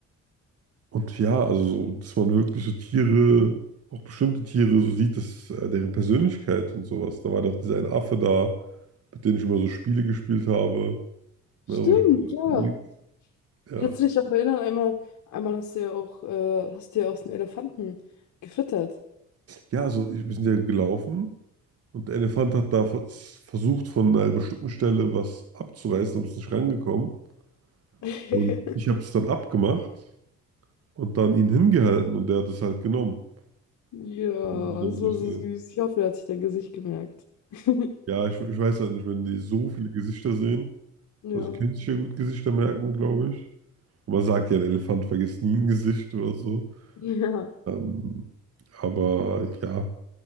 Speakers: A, on the right; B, on the left.
A: und ja, also, so, dass man wirklich so Tiere, auch bestimmte Tiere, so sieht, dass äh, deren Persönlichkeit und sowas. Da war doch dieser eine Affe da, mit dem ich immer so Spiele gespielt habe. Ne,
B: Stimmt,
A: wo
B: ja.
A: ich, ja.
B: Kannst du dich auch erinnern, einmal, einmal hast du ja auch, äh, hast du ja auch so einen Elefanten gefüttert.
A: Ja, also ich, wir sind ja gelaufen und der Elefant hat da vers- versucht, von einer bestimmten Stelle was abzureißen, aber ist nicht rangekommen.
B: <laughs>
A: Und ich habe es dann abgemacht und dann ihn hingehalten und der hat es halt genommen.
B: Ja,
A: Und ich dann
B: das war
A: wusste,
B: so süß. Ich hoffe, er hat sich dein Gesicht gemerkt. <laughs>
A: Ja, ich, ich weiß halt nicht, wenn die so viele Gesichter sehen,
B: Ja.
A: also die können sich ja gut Gesichter merken, glaube ich. Und man sagt ja, ein Elefant vergisst nie ein Gesicht oder so.
B: Ja.
A: Ähm, aber ja,